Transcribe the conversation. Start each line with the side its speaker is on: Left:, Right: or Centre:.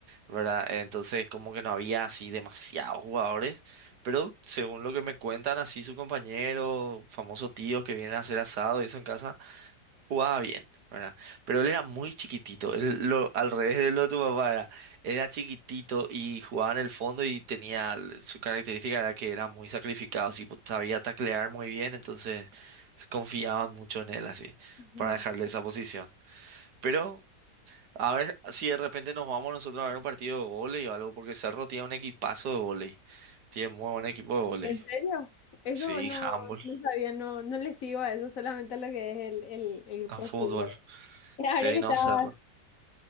Right: ¿verdad? Entonces como que no había así demasiados jugadores, pero según lo que me cuentan así su compañero, famoso tío que vienen a hacer asado y eso en casa jugaba bien, ¿verdad? Pero él era muy chiquitito, él, lo, al revés de lo de tu papá era, era chiquitito y jugaba en el fondo y tenía, l- su característica era que era muy sacrificado, sí, pues, sabía taclear muy bien, entonces se confiaban mucho en él así,
Left: Ujú.
Right: para dejarle esa posición. Pero a ver si de repente nos vamos nosotros a ver un partido de vóley o algo, porque Cerro tiene un equipazo de vóley, tiene muy buen equipo de vóley.
Left: ¿En serio? Eso
Right: Sí,
Left: no,
Right: handball,
Left: no sabía, no, no le sigo a eso, solamente a lo que es el, el, el grupo
Right: a fútbol.
Left: de fútbol. <laughs> Eh,
Right: Sí,
Left: Ahora que estabas,
Right: no, Cerro,